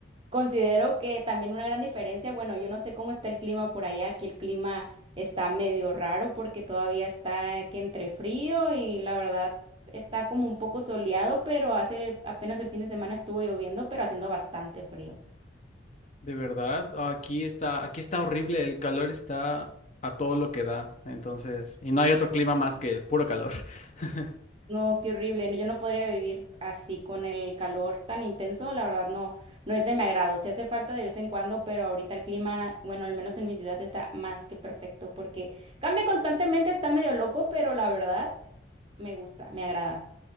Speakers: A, on the right; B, on the left.
A: considero que también una gran diferencia, bueno, yo no sé cómo está el clima por allá, aquí el clima está medio raro porque todavía está que entre frío y la verdad está como un poco soleado, pero hace apenas el fin de semana estuvo lloviendo, pero haciendo bastante frío.
B: De verdad, aquí está, aquí está horrible, el calor está a todo lo que da, entonces, y no hay otro clima más que puro calor. <laughs>
A: No, qué horrible. no, Yo no podría vivir así con el calor tan intenso. La verdad, no, no es de mi agrado. Sí hace falta de vez en cuando, pero ahorita el clima, bueno, al menos en mi ciudad está más que perfecto porque cambia constantemente, está medio loco, pero la verdad me gusta, me agrada.